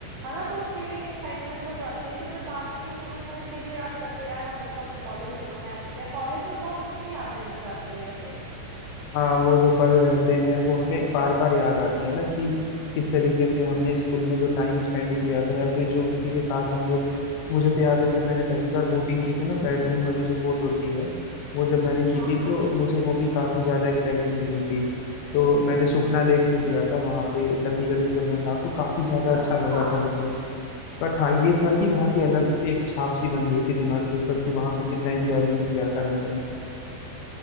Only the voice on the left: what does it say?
हाँ वो जो पल रहते हैं वो हमें बार बार याद आते हैं ना कि किस तरीके से हमने स्कूल में जो टाइम स्पेंड किया था या फिर जो किसी के साथ हम लोग मुझे तो याद है जब मैंने पहली बार बोटिंग की थी ना पैडलिंग वाली जो बोट होती है वो जब मैंने की
थी
तो मुझे वो भी काफी ज्यादा एक्साइटिंग लगी थी तो मैंने सुखना लेक में किया था वहां पे चंडीगढ़ में जब मैं था तो काफी
ज्यादा अच्छा लगा
था मुझे बट हाँ ये था कि वहाँ की अलग एक छाप सी बन गई थी दिमाग के ऊपर कि वहां पे कितना एंजॉयमेंट किया था मैंने